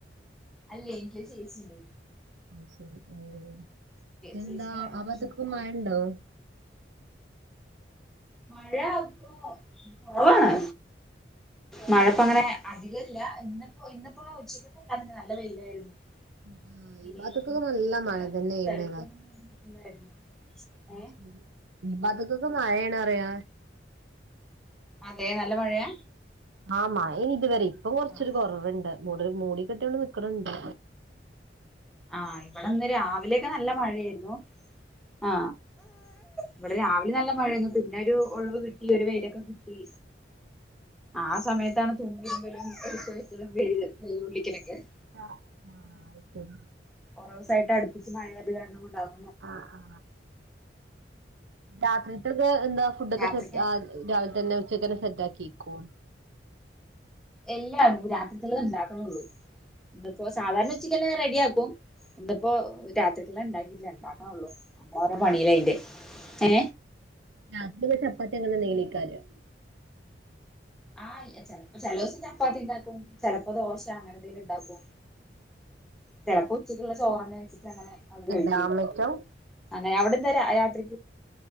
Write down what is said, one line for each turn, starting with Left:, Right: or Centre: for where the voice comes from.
Centre: അല്ലെനിക്കൊരു ചേച്ചിയുണ്ട്
Right: ആം ശെരി എ് എന്താ
Centre: ചേച്ചിനെ കല്യാണം
Right: അവത്തക്ക്
Centre: കഴിച്ച് കൊടുത്തിട്ട്
Right: മഴണ്ടോ
Centre: മഴയാ ഇപ്പൊ ഓ ആണ് മഴപ്പങ്ങനെ
Right: ആഹ്
Centre: അധികം യാ ഇന്നിപ്പോ ഇന്നിപ്പോ ഉച്ചക്ക് നല്ല വൈല് ആയിരുന്നു
Right: ആഹ്
Centre: <unintelligible>
Right: ഈ ഭാത്ത്ക്കൊക്കെ നല്ല മഴ തന്നെയാണ് ശരി ഇനിപ്പ അതൊക്കൊക്കെ മഴയണ അറിയ
Centre: അതെ നല്ല മഴയാ
Right: ആ മഴേനിതുവരെ ഇപ്പൊ കൊറച്ചൊരു
Centre: ആഹ്
Right: കുറവുണ്ട് മൂടി മൂടി <unintelligible> നിക്കണൊണ്ട്
Centre: ആ ഇവിടിന്ന് രാവിലെയൊക്കെ നല്ല മഴയായിരുന്നു ആ ഇവിടെ രാവിലെ നല്ല മഴയാന്നു പിന്നെ ഒരു ഒഴിവ് കിട്ടി ഒരു വെയിലൊക്കെ കിട്ടി ആ സമയത്താണ് തൂണിതിരുമലും <unintelligible>
Right: ആ ആ ഇപ്പം
Centre: കുറേ ദിവസായിടുപ്പച്ച് മഴ ആയതുകാരണം കൊണ്ടാകാം
Right: ആ ആ രാത്രിലത്തൊക്കെ എന്താ ഫുഡൊക്കെ
Centre: രാത്രിക്ക്
Right: സെറ്റ് ആ രാവിലെ തന്നെ ഉച്ചക്കന്നെ സെറ്റ് ആക്കിക്കുവൊ
Centre: ഇല്ല രാത്രിത്തിലുള്ളത ഉണ്ടാക്കണൊള്ളൂ ഇപ്പോ സാധാരണ ഉച്ചക്കനെ റെഡിയാക്കും ഇന്നിപ്പോ രാത്രിക്കൊള്ളെ ഇണ്ടാക്കില്ല ഇണ്ടാക്കണള്ളൂ നമ്മ ഓരോ പണില്ല അയിന്റെ ഏ
Right: രാത്രി ചപ്പാത്തി അങ്ങനെ എന്തെങ്കിലും ഒക്കെയാണ്
Centre: ആ ചെലപ്പോ ചലോസം ചപ്പാത്തി ഇണ്ടാക്കും ചല പ്പ ദോശ അങ്ങനെ എതെങ്കിലുണ്ടാക്കും ചെലപ്പ ഉച്ചക്കുള്ള ചോറന്നെ വെച്ചിട്ട് അങ്ങനെ അത് കഴിക്കും
Right: ഡാമറ്റം
Centre: അങ്ങനെ അവിടെന്ത രാ രാത്രി